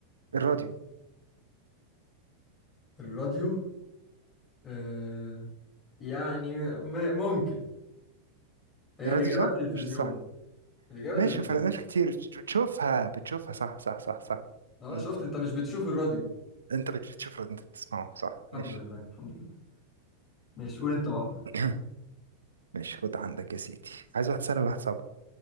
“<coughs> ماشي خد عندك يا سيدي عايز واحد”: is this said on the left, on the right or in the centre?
Right